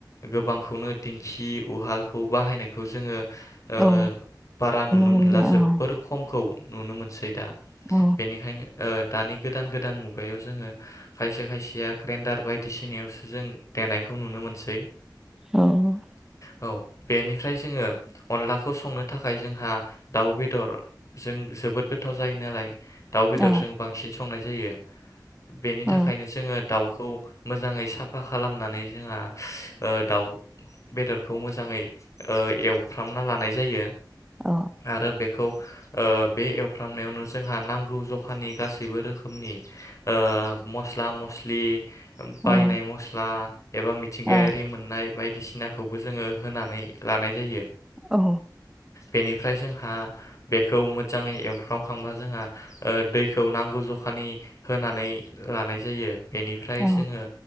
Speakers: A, on the left; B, in the centre.
A: गोबांखौनो दिंखि उहालखौ बाहायनायखौ जोङो ओ
B: औ
A: बारा नुनो
B: मोनलिया
A: मोनला जोबोर
B: औ
A: खम खौ नुनो मोनसै दा
B: औ
A: बेनिखायनो ओ दानि गोदान गोदान मुगायाव जोङो खायसे खायसे या ग्रेडार बायदिसिनायावसो जों देनायखौ नुनो मोनसै। <unintelligible>
B: औ
A: औ बेनि फ्राय जोङो अनलाखौ संनो थाखाय जोंहा दाउ बेदर जों जोबोद गोथाव जायो नालाय दाउ बेदरजों
B: औ
A: बांसिन संनाय जायो। बेनि
B: औ
A: थाखायनो जोङो दाउख खौ मोजाङै साफा खालामनानै जोंहा ओ दाउ बेदरखौ मोजाङै ओ एवफ्रामना लानाय जायो।
B: औ
A: आरो बेखौ ओ बे एवफ्रामनायावनो जोंहा नांगौ जखानि गासैबो रोखोमनि ओ मस्ला मस्लि बायनाय
B: औ
A: मस्ला एबा मिथिंगायारि
B: औ
A: मोननाय बायदिसि नाखौबो जोङो होनानै लानाय जायो।
B: औ
A: बेनिफ्राय जोंहा बेखौ मोजाङै एवफ्रांखांबा जोंहा ओ दैखौ नांगौ जखानि होनानै लानाय जायो। बेनिफ्राय
B: औ
A: जोङो